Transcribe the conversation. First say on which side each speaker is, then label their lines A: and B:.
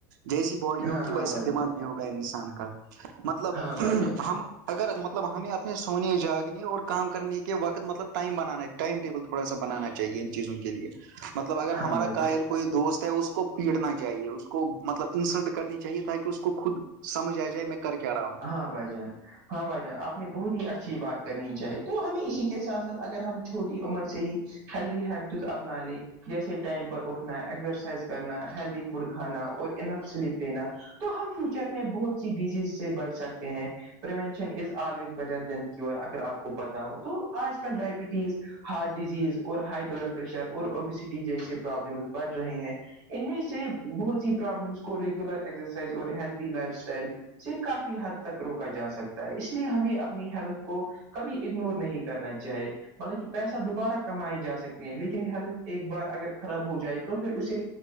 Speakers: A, on the right; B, on the right.
A: جیسی باڈی ہوگی
B: ہاں ہاں
A: ویسا
B: بھائی
A: دماغ
B: جان
A: میں ہوگا انسان کا مطلب
B: ہاں بھائی جان
A: ہم اگر مطلب ہمیں اپنے سونے جا کے اور کام کرنے کے وت مطلب ٹائم بنانا ائم ٹیبل تھوڑا سا بنانا چاہیے ان چیزوں کے لیے مطلب اگر
B: ہاں
A: ہمارا
B: بھائی
A: کاہل
B: جان
A: کوئی دوست ہے اس کو پیٹنا چاہے اس کو مطلب انسلٹ کرنی چاہیے تاکہ اس کو خود سمجھ آ جائے میں کر کیا رہا ہوں
B: ہاں بائی جان ہاں بھائی جان آپ نے بہت ہی اچھی بات کرنی چاہی تو ہمیں اسی کے ساتھ ساتھ اگر ہم چھوٹی عمر سے ہی ہیلدی ہیبٹز اپنا لے جیسے ٹائم پر اٹھنا ایکزرسائز کرنا ہیلدی فوڈ کھا اور سلی پینا تو ہم فیوچر میں بہت سی ڈیزیز سے بچ سکتے ہیں ونشن ا آوز بیٹر دین اگر آپ کو پتا ہو تو آج کل ڈائبٹیز ہارٹ ڈیزیز اور ہائی بلڈ پریشر اور اوبیسٹی جیسے پرابلم بڑھ رہے ہیں ان میں سے بہت سی پرابلمس کو ریگولر ایکسرسائز اور ہیلدی لائف اسٹائل سے کافی حد تک روکا جا سکتا ہے اس لیے ہمیں اپنی ہیلت کو کبھی اگنور نہیں کرنا چاہے مطلب کہ پیسہ دوبارہ کمائے جا سکتے ہیں لیکن ہیلتھ ایک بار اگر خراب ہو جائے تو پھر اسے